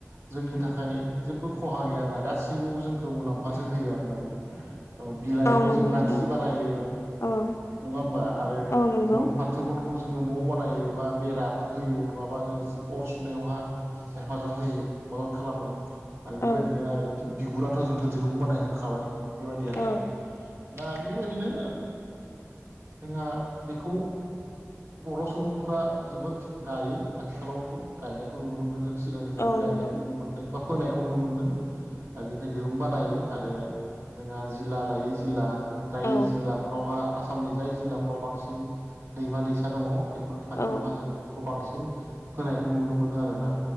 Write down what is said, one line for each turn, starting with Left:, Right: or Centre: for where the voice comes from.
Right: जोंनि थाखाय जेबो खहा गैया आरोना गासिबो जोंखौ मुलाम्फासो होयो आरोना बियो। औ बिलाइखौ
Left: औ नंगौ
Right: जों नारजि
Left: नोंथां
Right: बानायो
Left: औ
Right: नङा होमबा आरो
Left: औ नंगौ
Right: गन फा थोगनखौ जोङो न' बानायो बा बेराफोर होयो नङाबा जों अर सुनायावहा हेफाजाब होयो मदद खालामो। आरो बेबायदिनो
Left: औ
Right: आरो बिगुराथ' जोंखौ दिरुं बानायहोखाबाय बेबायदि आरोना।
Left: औ
Right: दा बेबायदिनो जोंहा बेखौ बर' सुबुंफ्रा जोबोद गायो। आथिखालावबो गायनायखौ नुनो मोन्दों जों सिगांनिफ्रायबो
Left: औ
Right: गायनायखौ
Left: नंगौ
Right: नुनो मोन्दों बा फोनायखौ नुनो मोन्दों। आरो <unintelligible> दिरुं बानायो आरो जोंहा जिल्ला लायो जिल्ला जाय
Left: औ
Right: जिल्लाफ्रावहा आसामनि जाय जिल्लाफ्राव बांसिन दैमा दैसा दङ बेफोर खाथियावहा
Left: औ
Right: जों बेखौ बांसिन फोनायखौ नुनो मोनो आरोना